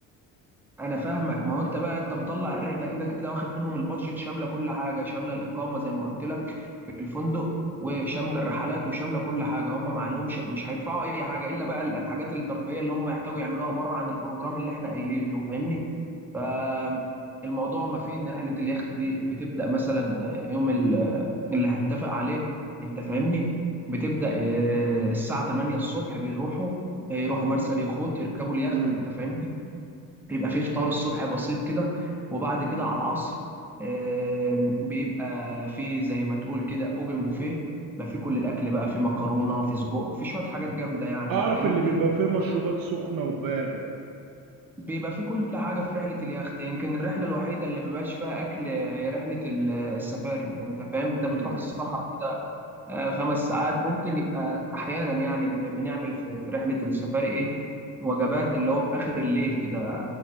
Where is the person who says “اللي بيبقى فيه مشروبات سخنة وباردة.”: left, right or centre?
Right